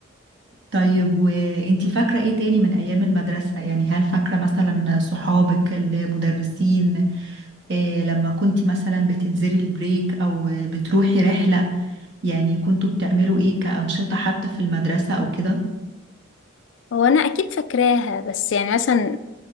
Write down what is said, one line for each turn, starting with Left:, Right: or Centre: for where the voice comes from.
Right: طيب وانتي فاكرة ايه تاني من ايام المدرسة يعني هل فاكرة مثلا صحابك المدرسين إيه لما كنتي مثلا بتنزلي البريك او بتروحي رحلة يعني كنتوا بتعملوا ايه كأنشطة حتى في المدرسة او كده
Left: هو انا اكيد فاكراها بس يعني مثلا